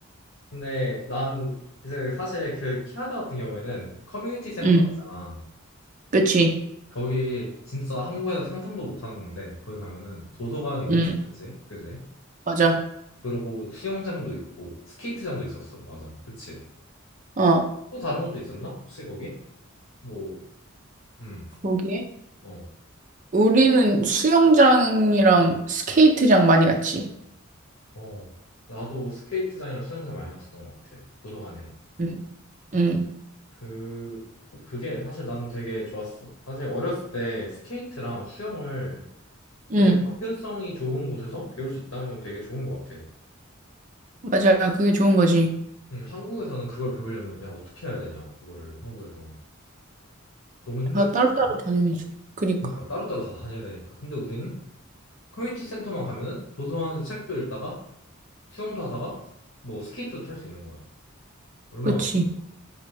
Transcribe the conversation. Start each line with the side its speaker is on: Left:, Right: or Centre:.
Left: 근데 난 이제 사실 그 캐나다 같은 경우에는 커뮤니티 센터
Right: 응,
Left: 가 있잖아.
Right: 그치.
Left: 거기 진짜 한국에서 상상도 못 하는 건데 거기 가면은 도서관이 엄청
Right: 응,
Left: 크지, 그지?
Right: 맞아.
Left: 그리고 수영장도 있고 스케이트장도 있었어. 맞아. 그치?
Right: 어,
Left: 또 다른 것도 있었나? 혹시 거기? 뭐, 음,
Right: 거기에.
Left: 어,
Right: 우리는 수영장이랑 스케이트장 많이 갔지.
Left: 어. 나도 스케이트장이랑 수영장 많이 갔었던 것 같아. 도서관이랑.
Right: 응, 응,
Left: 그, 그게 사실 난 되게 좋았어. 사실 어렸을 때 스케이트랑 수영을
Right: 응.
Left: 그 되게 접근성이 좋은 곳에서 배울 수 있다는 건 되게 좋은 것 같아.
Right: 맞아. 그게 좋은 거지.
Left: 음, 한국에서는 그걸 배우려면, 야, 어떻게 해야 되냐, 그거를 한국에서. 너무 힘들
Right: 다
Left: 것
Right: 따로따로
Left: 같지 않아?
Right: 다녀야지. 그니까.
Left: 그러니까 따로따로 다 다녀야 되니까. 근데 우리는 커뮤니티 센터만 가면은 도서관에서 책도 읽다가 수영도 하다가 뭐 스케이트도 탈 수 있는 거야. 얼마나
Right: 그치.
Left: 좋아.